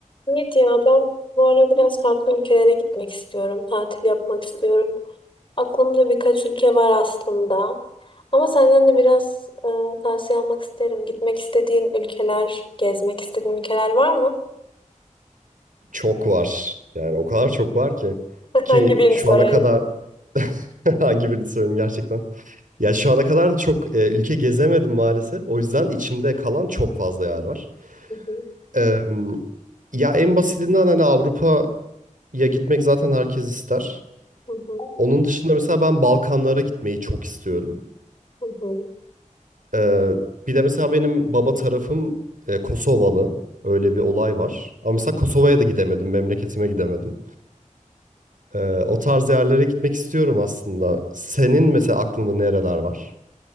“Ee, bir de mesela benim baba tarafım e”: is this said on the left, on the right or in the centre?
Right